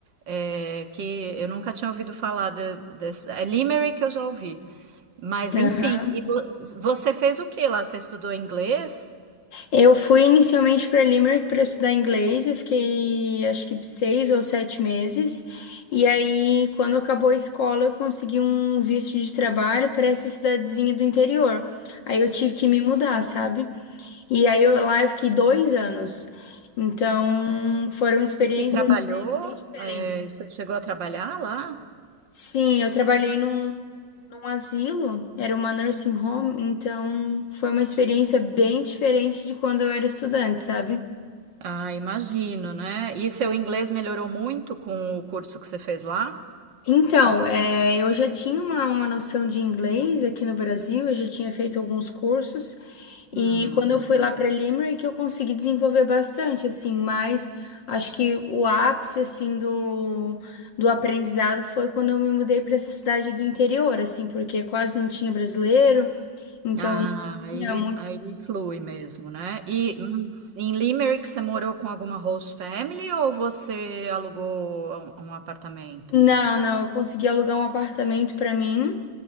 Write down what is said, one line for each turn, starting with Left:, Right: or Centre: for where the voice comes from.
Right: eh, que eu nunca tinha ouvido falar de, desse. É Limerick que eu já ouvi. Mas
Left: Aham.
Right: enfim, e vo- você fez o que lá? Você estudou inglês?
Left: Eu fui inicialmente para Limerick para estudar inglês, eu fiquei acho que seis ou sete meses. E aí, quando acabou a escola, eu consegui um visto de trabalho para essa cidadezinha do interior. Aí eu tive que me mudar, sabe? E aí eu lá eu fiquei dois anos. Então foram experiências
Right: E você trabalhou?
Left: bem, bem diferentes.
Right: Eh, você chegou a trabalhar lá?
Left: Sim, eu trabalhei num, num asilo, era uma nursing home, então foi uma experiência bem diferente de quando eu era estudante, sabe?
Right: Ah, imagino, né? E seu inglês melhorou muito com o curso que você fez lá?
Left: Então, é, eu já tinha uma, uma noção de inglês aqui no Brasil, eu já tinha feito alguns cursos,
Right: Hum.
Left: E quando eu fui lá para Limerick, eu consegui desenvolver bastante, assim, mas acho que o ápice, assim, do, do aprendizado foi quando eu me mudei para essa cidade do interior, assim, porque quase não tinha brasileiro, então
Right: Ah,
Left: não
Right: aí,
Left: tinha muito.
Right: aí flui mesmo, né? E mas em Limerick você morou com alguma host family ou você alugou um, um apartamento?
Left: Não, não, eu consegui alugar um apartamento para mim.